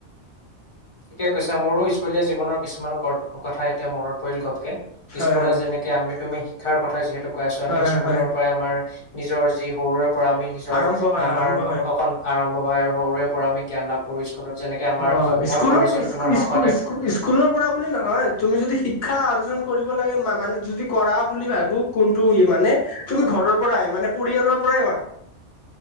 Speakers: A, on the left; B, on the left.
A: ঠিকে কৈছা মোৰো স্কুলীয়া জীৱনৰ কিছুমান কৰ কথা এতিয়া মনত পৰিল ঘপকে
B: হয়
A: স্কুলত
B: হয়
A: যেনেকে এতিয়া আমি তুমি শিক্ষাৰ কথা যিহেতু কৈ আছো আমি
B: হয় হয়
A: স্কুলৰ
B: হয়
A: পৰাই আমাৰ নিজৰ যি সৰুৰে পৰা আমি নিজৰ
B: আৰম্ভ হয়
A: আমাৰ
B: আৰম্ভ
A: অ
B: হয়
A: অকন আৰম্ভ হয় আৰু সৰুৰে পৰা আমি জ্ঞান লাভ কৰো যেনেকে আমাৰ
B: অ
A: মই
B: স্কুলৰ
A: পঢ়িছিলো
B: স্কু
A: তোমাৰ শংকৰদেৱ
B: স্কু স্কুল স্কুলৰ পৰা বুলি নহয় তুমি যদি শিক্ষা অৰ্জন কৰিব লাগে মানে যদি কৰা বুলি ভাবোঁ কোনটো মানে তুমি ঘৰৰ পৰাই মানে পৰিয়ালৰ পৰাই কৰা